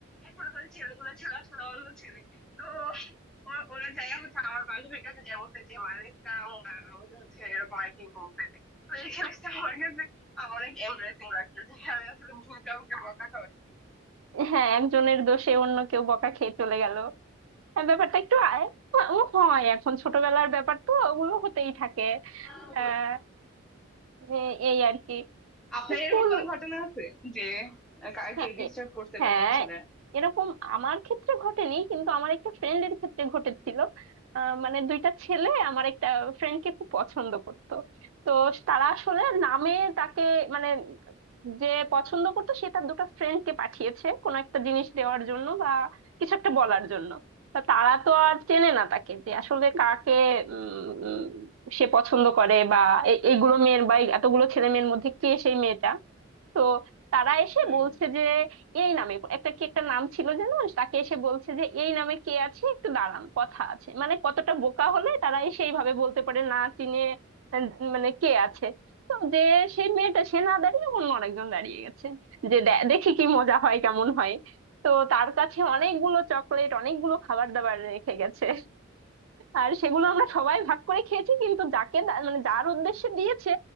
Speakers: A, in the centre; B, on the right.
A: এখন ওই ছেলেগুলো ছিল আসলে অন্য ছেলে তো ওরা ওরা যাইয়া হচ্ছে আমার বান্ধবীর কাছে যাই বলছে যে মালিকটা আমাকে হচ্ছে এরকম আর কি বলতে তো এই জিনিসটা আমার কাছে আহ, অনেক এমব্রেসিং লাগছে যে আমি আসলে ভুল কাউকে বকা
B: হ্যাঁ একজনের দোষে অন্য কেউ বকা খেয়ে চলে গেল হ্যাঁ, ব্যাপারটা একটু আ- ও হয় এখন ছোটবেলার ব্যাপার তো ওগুলো হতেই থাকে
A: খাওয়াইছি
B: আহ এ- এই আর কি
A: আপনার
B: স্কুল
A: এরকম কোনো ঘটনা আছে যে আহ, কার
B: হ্যাঁ
A: কেউ ডিস্টার্ব
B: এ-
A: করছে
B: হ্যাঁ
A: বা কোনো ছেলে
B: এরকম আমার ক্ষেত্রে ঘটেনি কিন্তু আমার একটা ফ্রেন্ডের ক্ষেত্রে ঘটেছিল আহ, মানে দুইটা ছেলে আমার একটা ফ্রেন্ডকে খুব পছন্দ করতো তো তারা আসলে নামে তাকে মানে যে পছন্দ করতো সে তার দুটো ফ্রেন্ডকে পাঠিয়েছে কোনো একটা জিনিস দেওয়ার জন্য বা কিছু একটা বলার জন্য তা তারা তো আর চেনে না তাকে যে আসলে কাকে উম, উম, সে পছন্দ করে বা এ- এইগুলো মেয়ের বা এই এতগুলো ছেলে মেয়ের মধ্যে কে সেই মেয়েটা তো তারা এসে
A: হুম
B: বলছে যে এই নামে একটা কি একটা নাম ছিল যেন তাকে এসে বলছে যে এই নামে কে আছে একটু দাঁড়ান কথা আছে মানে কতটা বোকা হলে তারা এসে এইভাবে বলতে পারে না চিনে আহ, মানে কে আছে তো যে সেই মেয়েটা সে না দাঁড়িয়ে অন্য আরেকজন দাঁড়িয়ে গেছে যে দে- দেখি কি মজা হয় কেমন হয় তো তার কাছে অনেকগুলো চকলেট অনেকগুলো খাবার দাবার রেখে গেছে আর সেগুলো আমরা সবাই ভাগ করে খেয়েছি কিন্তু যাকে দা- মানে যার উদ্দেশ্যে দিয়েছে